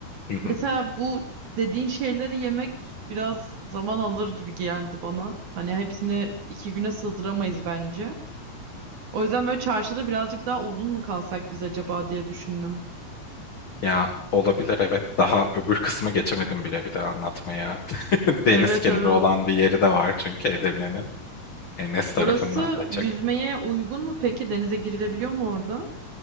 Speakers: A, on the left (about 65°); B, on the right (about 55°).
A: hı hı.
B: Mesela bu dediğin şeyleri yemek biraz zaman alır gibi geldi bana. Hani hepsini iki güne sığdıramayız bence. O yüzden böyle çarşıda birazcık daha uzun mu kalsak biz acaba diye düşündüm.
A: ya olabilir evet daha öbür kısmı geçemedim bile bir de anlatmaya. <laughs> Deniz
B: Evet
A: kenarı
B: evet.
A: olan bir yeri de var çünkü Edirne'nin Enes tarafından
B: Orası
A: açacaktım.
B: yüzmeye uygun mu peki? Denize girilebiliyor mu orada?